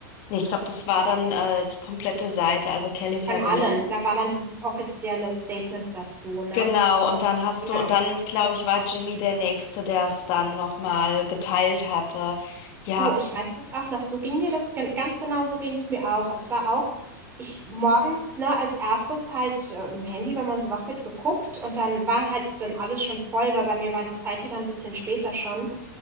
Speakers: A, on the left; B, on the right.
A: nee, ich glaube, das war dann äh, die komplette Seite, also Kelly Family.
B: von allen. Da war dann dieses offizielle Statement dazu, ne?
A: Genau, und dann hast
B: Ja.
A: du, und dann, glaube ich, war Jimmy der Nächste, der es dann nochmal geteilt hatte. Ja.
B: Du, ich weiß das auch noch. So ging mir das gen ganz genau so ging's mir auch. Es war auch ich morgens, ne, als Erstes halt, äh, im Handy, wenn man so wach wird, geguckt und dann war halt dann alles schon voll, weil bei mir war die Zeit ja dann ein bisschen später schon.